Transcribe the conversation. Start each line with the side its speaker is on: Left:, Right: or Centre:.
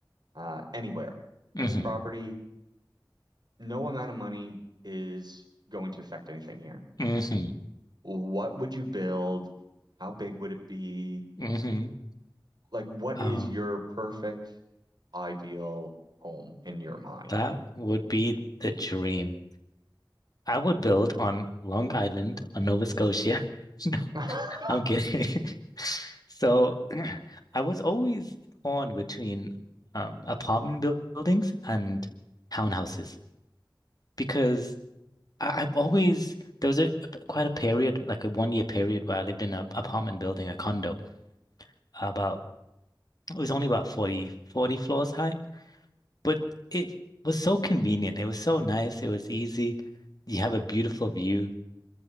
Right: uh, anywhere,
Left: hmm
Right: any property, no amount of money is going to affect anything here.
Left: hmm
Right: What would you build? How big would it be?
Left: hmm
Right: like what
Left: Oh,
Right: is your perfect ideal home in your mind?
Left: that would be the dream. I would build on Long Island, on Nova Scotia. <laughs> No,
Right: <laughs>
Left: I'm kidding. <laughs> So <clears throat> I was always torn between um, apartment buil- buildings and townhouses because I I've always there was a quite a period, like a one year period, where I lived in an apartment building, a condo, about It was only about forty forty floors high, but it was so convenient. It was so nice. It was easy. You have a beautiful view.